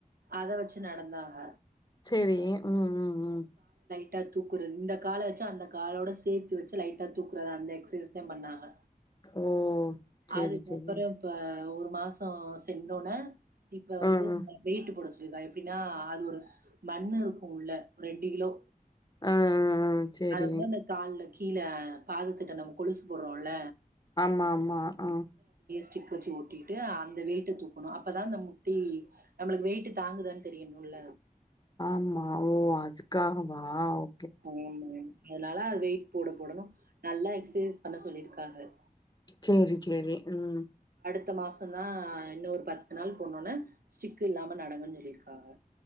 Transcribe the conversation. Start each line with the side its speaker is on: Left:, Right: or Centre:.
Right: அத வெச் ச்சு நடந்தாங்க
Left: சேரி ம் ம் ம்
Right: ட்டா தூக்குறது இந்த கால வெச்சு அந்த காலோட சேத்து வெச்சு லைட்டா தூக்குறது அந்த எக்சசைஸ்தா பண்ணாங்க
Left: ஓ சேரி
Right: அதுக்கப்புறோ
Left: சேரி
Right: இப்ப ஒரு மாசோ சென்னோன இப்ப வந்து
Left: ஆ ஆ
Right: வெயிட்டு போடஸ் ச்சுதா எப்டின்னா அது ஒரு மண்ணு இருக்கு உள்ள ஒரு ரெண்டு கிலோ
Left: ஆ ஆ சேரி
Right: அததா இந்த கால்லக் கீ கீழ பாதத்துட்ட நம்ம கொலுசு போடுறோல்ல
Left: ஆமா ஆமா ஆ
Right: சிக்கு வெச்சு ஒட்டிட்டு அந்த வெயிட்ட தூக்கணு அப்பதா அந்த முட்டி நம்மளுக்கு வெயிட்டு தாங்குதான் தெரியணுல்ல
Left: ஆமா ஓ அதுக்காகவாவ்
Right: ஆமா அதனால அது வெய் யிட் போட போடணு நல்லா எக்சசைஸ் பண்ண சொல்லியிருக்காங்க
Left: சேரி சேரி ம்
Right: அடுத்த மாசந்தா இன்னொரு பத்து நாள் போணோன்னா ஸ்டிக்கு இல்லாம நடங்கன் சொல்லியிருக்காங்க